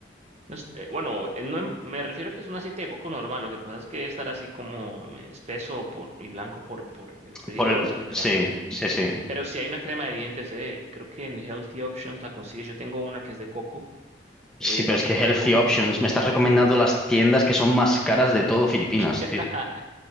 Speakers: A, on the right; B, in the centre.
A: No es- eh, bueno, eh, no em- me refiero a que es un aceite de coco normal. Lo que pasa es que estará así como eh, espeso por, y blanco por, por el frío
B: Por el...
A: o la temperatura.
B: Sí, sí, sí.
A: Pero si hay una crema de dientes, eh, creo que en Healthy Options la consigues. Yo tengo una que es de coco,
B: Sí,
A: eh,
B: pero
A: de aceite
B: es que Healthy
A: de coco.
B: Options me estás recomendando las tiendas que son más caras de todo Filipinas,
A: <laughs>
B: tío.